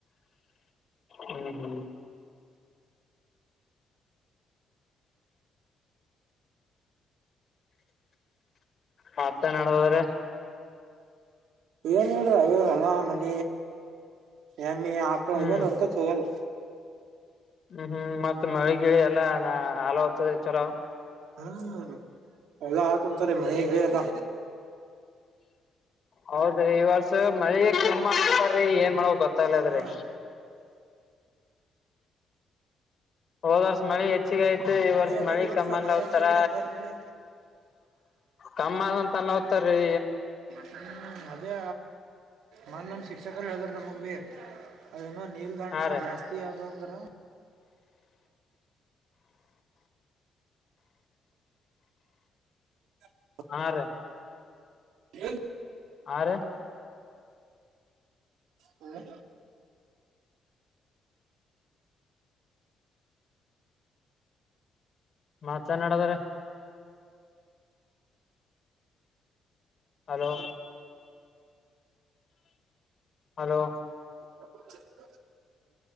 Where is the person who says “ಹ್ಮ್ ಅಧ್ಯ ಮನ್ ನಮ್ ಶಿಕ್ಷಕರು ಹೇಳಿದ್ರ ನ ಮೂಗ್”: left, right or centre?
Right